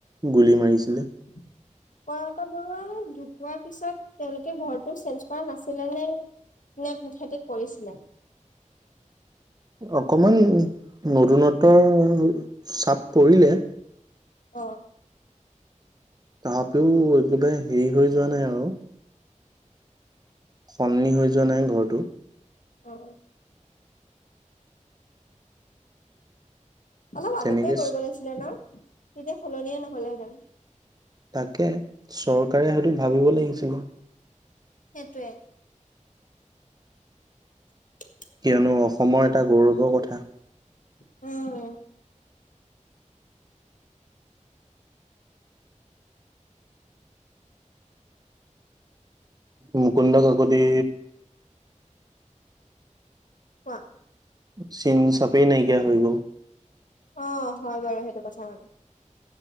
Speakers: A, on the right; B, on the left.
A: গুলি মাৰিছিলে।
B: <inaudible> কনকলতা বৰুৱাই ঢুকোৱাৰ পিছত, তেওঁলোকে ঘৰটো চেঞ্জ কৰা নাছিলে নে? নে, সিহঁতি কৰিছিলে?
A: অকমান নতুনত্বৰ, চাপ পৰিলে।
B: অ,
A: তথাপিও একেবাৰে হেৰি হৈ যোৱা নাই আৰু। সলনি হৈ যোৱা নাই ঘৰটো।
B: অ, অলপ আগতে
A: তেনেকে
B: কৰিব লাগিছিলে ন, তেতিয়া সলনিয়ে নহ'লে হেতেন।
A: তাকে চৰকাৰে হয়টো ভাবিব লাগিছিলে।
B: সেইটোৱে। <inaudible>
A: কিয়নো, অসমৰ এটা গৌৰৱৰ কথা।
B: উম,
A: মুকুন্দ কাকতি
B: কোৱা।
A: চিন, চাপেই নাইকিয়া হৈ গ'ল।
B: অ, হয় বাৰু সেইটো কথা